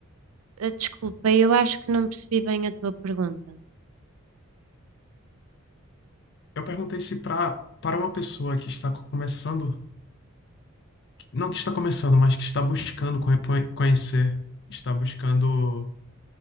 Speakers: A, on the right (about 75°); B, on the left (about 55°).
A: Desculpa, eu acho que não percebi bem a tua pergunta.
B: Eu perguntei se para para uma pessoa que está começando, não que está começando, mas que está buscando conhe- conhecer, está buscando